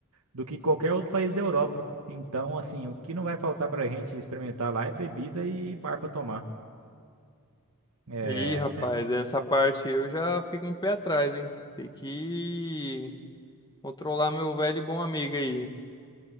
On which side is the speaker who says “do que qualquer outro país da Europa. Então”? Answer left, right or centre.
Right